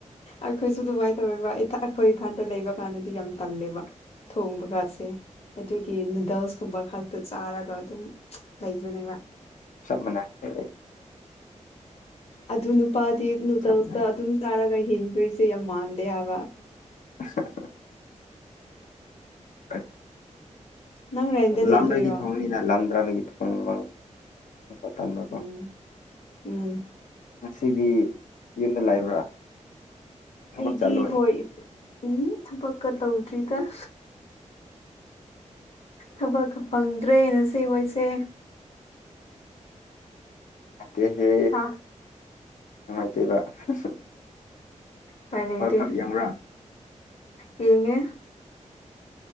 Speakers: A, on the left; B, on the left.
A: ꯑꯩꯈꯣꯏꯁꯨ ꯑꯗꯨꯃꯥꯏꯟ ꯇꯧꯋꯦꯕ ꯢꯊꯥ ꯑꯩꯈꯣꯏ ꯏꯊꯟꯗ ꯂꯩꯕ ꯀꯥꯟꯗꯗꯤ ꯌꯥꯝ ꯇꯜꯂꯦꯕ ꯊꯣꯡꯕ ꯒꯠꯁꯦ ꯑꯗꯨꯒꯤ ꯅꯨꯗꯜꯁ ꯀꯨꯝꯕ ꯈꯛꯇ ꯆꯥꯔꯒ ꯑꯗꯨꯝ ꯂꯩꯕꯅꯦꯕ
B: ꯆꯥꯞ ꯃꯟꯅꯩ ꯑꯦ ꯑꯦ
A: ꯑꯗꯨ ꯅꯨꯄꯥꯗꯤ ꯅꯨꯗꯜꯁꯇ
B: ꯆꯞ ꯃꯥꯟꯅꯩ
A: ꯑꯗꯨꯝ ꯆꯥꯔꯒ ꯍꯤꯡꯗꯣꯏꯖꯦ ꯌꯥꯝ ꯃꯥꯟꯗꯦ ꯍꯥꯏꯕ
B: <unintelligible> <unintelligible>
A: ꯅꯪ ꯔꯦꯟꯗ
B: ꯂꯥꯝꯔꯗꯤ
A: ꯂꯩꯕꯩꯔꯣ
B: ꯊꯣꯡꯉꯅꯤꯗ ꯂꯥꯝꯗ꯭ꯔꯕꯒꯤ ꯊꯣꯡꯕ ꯊꯣꯡꯕ ꯇꯟꯕꯀꯣ
A: ꯎꯝ ꯎꯝ
B: ꯉꯁꯤꯗꯤ ꯌꯨꯝꯗ ꯂꯩꯕ꯭ꯔꯥ ꯊꯕꯛ
A: ꯑꯩꯗꯤ
B: ꯆꯠꯂꯣꯏ
A: ꯍꯣꯏ ꯎꯝ ꯊꯕꯛꯀ ꯇꯧꯗ꯭ꯔꯤꯗ ꯊꯕꯛꯀ ꯐꯪꯗ꯭ꯔꯦ ꯅꯆꯦ ꯍꯣꯏꯁꯦ
B: ꯅꯨꯡꯉꯥꯏꯇꯦꯍꯦ
A: ꯑ
B: ꯅꯨꯡꯉꯥꯏꯇꯦꯕ <unintelligible>
A: ꯄꯥꯏ ꯂꯩꯇꯦ
B: ꯋꯥꯔꯜ ꯀꯞ ꯌꯦꯡꯕ꯭ꯔꯥ
A: ꯌꯦꯡꯉꯦ